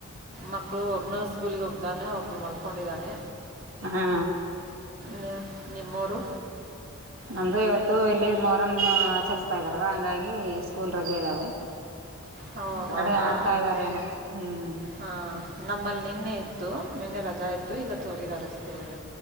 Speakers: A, on the right; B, on the right.
A: ಮಕ್ಕಳು. ನ ಸ್ಕೂಲಿಗೆ ಹೋಗ್ದಾನೆ ಒಬ್ನು ಮಲ್ಕೊಂಡಿದ್ದಾನೆ.
B: ಹಾ
A: ನಿಮ್ಮ ನಿಮ್ಮೂರು.
B: ನಮ್ದು ಇವತ್ತು ಇಲ್ಲಿ ಮೊಹರಂ ಆಚರಿಸತದಾರಲ್ಲ ಹಂಗಾಗಿ ಸ್ಕೂಲ್ ರಜೆ ಇದ್ದಾವೆ.
A: ಹೋ
B: ಹೊರಗಡೆ
A: ಹೌದಾ
B: ಆಡ್ತಾ ಇದ್ದಾರೇನ ಹ್ಮ್.
A: ಹಾಂ ನಮ್ಮಲ್ಲಿ ನಿನ್ನೆ ಇತ್ತು. ನಿನ್ನೆ ರಜಾ ಇತ್ತು ಇವತ್ತು ಹೋಗಿದ್ದಾರೆ ಸ್ಕೂಲ್ಗೆ